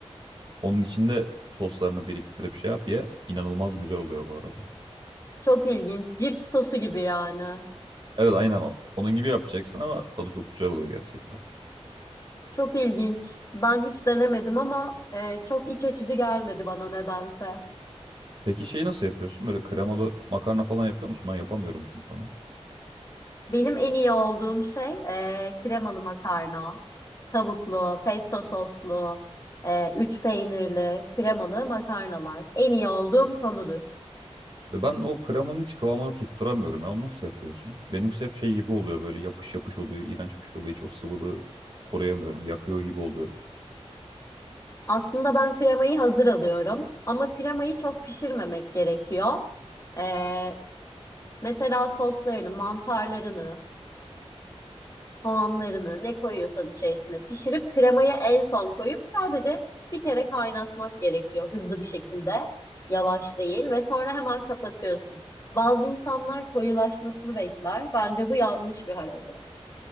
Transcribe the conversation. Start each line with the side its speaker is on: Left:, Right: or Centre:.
Right: Onun içinde soslarını biriktirip şey yap ye. İnanılmaz güzel oluyor bu arada.
Left: Çok ilginç. Cips sosu gibi yani.
Right: Evet aynen o. Onun gibi yapacaksın ama tadı çok güzel oluyor gerçekten.
Left: Çok ilginç. Ben hiç denemedim ama e, çok iç açıcı gelmedi bana nedense.
Right: Peki şeyi nasıl yapıyorsun? Böyle kremalı makarna falan yapıyor musun? Ben yapamıyorum çünkü onu.
Left: Benim en iyi olduğum şey e, kremalı makarna, tavuklu, pesto soslu, e, üç peynirli, kremalı makarnalar. En iyi olduğum konudur.
Right: Ve Ben o kremanın hiç kıvamını tutturamıyorum ya. Onu nasıl yapıyorsun? Benimkisi hep şey gibi oluyor böyle yapış yapış oluyor. iğrenç bir şey oluyor. Hiç o sıvılığı koruyamıyorum. Yakıyor gibi oluyorum.
Left: Aslında ben kremayı hazır alıyorum ama kremayı çok pişirmemek gerekiyor. E, mesela soslarını, mantarlarını, soğanlarını ne koyuyorsan içerisine pişirip kremayı en son koyup sadece bir kere kaynatmak gerekiyor hızlı bir şekilde. Yavaş değil ve sonra hemen kapatıyorsun. Bazı insanlar koyulaşmasını bekler. Bence bu yanlış bir hareket.